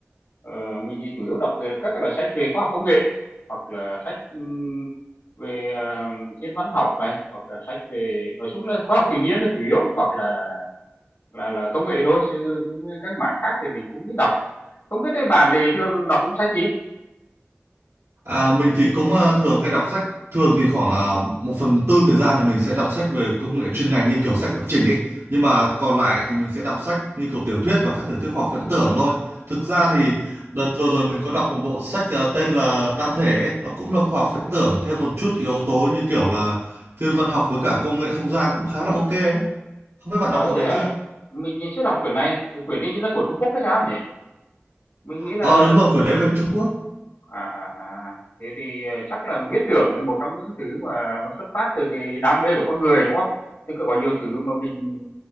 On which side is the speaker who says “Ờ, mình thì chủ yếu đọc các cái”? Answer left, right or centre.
Left